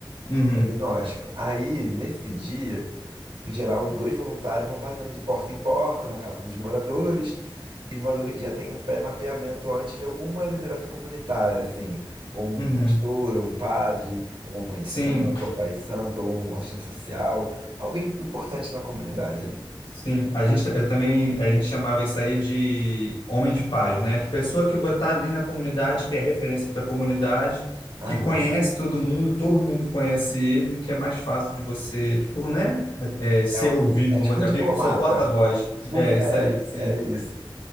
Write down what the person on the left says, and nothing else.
Uhum.
Uhum.
Sim,
Sim, a gente ta- eu também a gente chamava isso aí de homem de paz, né? De pessoa que vai estar ali na comunidade, que é referência para a comunidade,
que conhece todo mundo, todo mundo conhece ele, que é mais fácil de você, tipo, né? É, ser
ouvido,
vamos
dizer,
é meio que o seu porta-voz.
É,
isso
aí, sim.